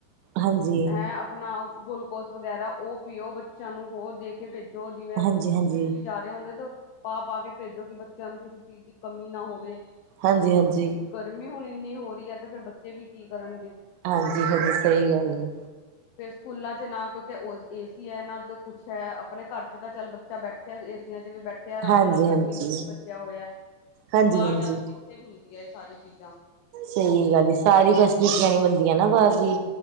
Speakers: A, on the right; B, on the left.
A: ਹਾਂਜੀ
B: ਐ ਆਪਣਾ ਗਲੂਕੋਸ ਵਗੈਰਾ ਓ ਪੀਓ ਬੱਚਿਆਂ ਨੂੰ ਹੋਰ ਦੇ ਕੇ ਭੇ ਜੋ ਜਿਵੇਂ
A: ਹਾਂਜੀ
B: ਸਕੂਲ
A: ਹਾਂਜੀ
B: ਚ ਵੀ ਜਾ ਉਹਦੇ ਤੋਂ ਪਾ-ਪਾ ਕੇ ਭੇਜੋ ਕਿ ਬੱਚਿਆਂ ਨੂੰ ਕਿਸੇ ਚੀਜ਼ ਦੀ ਕਮੀ ਨਾ ਹੋਵੇ।
A: ਹਾਂਜੀ-ਹਾਂਜੀ।
B: ਕਿਉਂਕਿ ਗਰਮੀ ਹੁਣ ਇੰਨੀ ਹੋ ਰਹੀ ਹੈ ਤੇ ਫਿਰ ਬੱਚੇ ਵੀ ਕੀ ਕਰਨਗੇ।
A: ਹਾਂਜੀ -ਹਾਂਜੀ ਸਹੀ ਗੱਲ ਹੈ।
B: <unintelligible> ਫੇਰ ਸਕੂਲਾਂ ਚ ਨਾ ਕੋਈ ਤੇ ਏ ਸੀ ਹੈ ਨਾ ਕੁਛ ਹੈ ਆਪਣੇ ਘਰ ਚ ਤਾਂ ਚੱਲ ਬੱਚਾ ਬੈਠ ਏਸੀਆਂ ਚ ਵੀ ਬੈਠੇ ਆਰਾਮ
A: ਹਾਂਜੀ-ਹਾਂਜੀ।
B: ਨਾਲ ਗਰਮੀ ਦਾ ਬਚਿਆ ਹੋਇਆ
A: ਹਾਂਜੀ-ਹਾਂਜੀ
B: ਬਾਹਰ ਜਾ ਕੇ ਕਿੱਥੇ ਹੁੰਦੀ ਹੈ ਇਹ ਸਾਰੀ ਚੀਜ਼ਾਂ
A: ਸਹੀ ਗੱਲ ਸਾਰੀ ਫੈਸਿਲਿਟੀਆਂ ਨੀ ਮਿਲਦੀਆਂ ਨਾ ਬਾਹਰ ਦੀ।